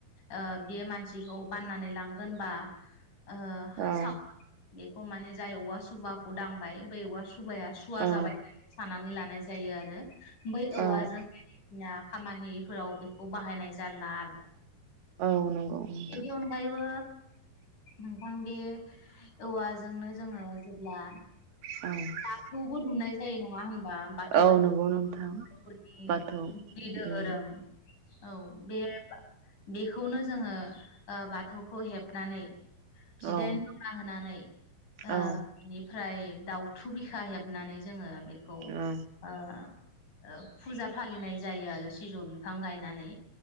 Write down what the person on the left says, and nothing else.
ओ बे मानसिखौ बाननानै लांगोनबा ओ
साव बे माने जाय औवा सुबाखौ दांबाय बेै औवा सु सुबाया सुवा
जाबाय सानानै लानाय जायो आरो। बै औवाजों
ना खामानिफोराव बेखौ बाहायनाय जाला आरो।
इनि अनगायैबो नोंथां बे औवाजोंनो जोङो जेब्ला
बाथौबो दुमनाय जायो नङा होन बा बाथौआथ
बर'निफोरनि
गुदि धोरोम
औ बे बेखौनो जोङो ओ बाथौखौ हेबनानै जिदाइन
जरा होनानै ओ
बेनिफ्राय दाउ थु बिखा हेबनानै जोङो बे खौ
ओ फुजा फालिनाय जायो आरो सिजौ बिफां गायनानै।